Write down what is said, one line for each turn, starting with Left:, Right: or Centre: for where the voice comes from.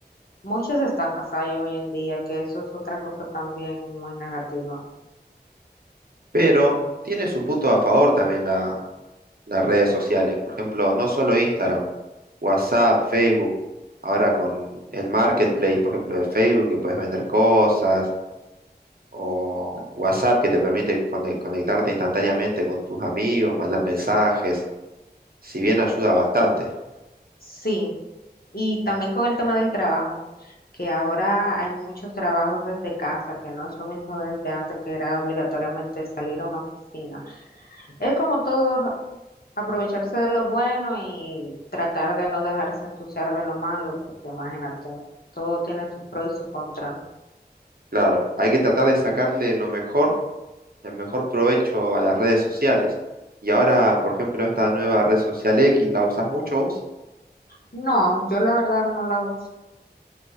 Left: muchas estafas hay hoy en día, que eso es otra cosa también muy negativa.
Right: pero tiene sus puntos a favor también las redes sociales. Por ejemplo, no solo Instagram, WhatsApp, Facebook, ahora con el marketplace, por ejemplo, de Facebook, que puedes vender cosas, o WhatsApp, que te permite cone- conectarte instantáneamente con tus amigos, mandar mensajes, si bien ayuda bastante.
Left: Sí, y también con el tema del trabajo, que ahora hay muchos trabajos desde casa, que no es lo mismo desde antes que era obligatoriamente salir a una oficina. Es como todo, aprovecharse de lo bueno y tratar de no dejarse ensuciar de lo malo, porque imagínate, todo tiene su pro y su contra.
Right: Claro, hay que tratar de sacarle lo mejor, el mejor provecho a las redes sociales. Y ahora, por ejemplo, esta nueva red social X, ¿la usas mucho vos?
Left: No, yo la verdad no la uso.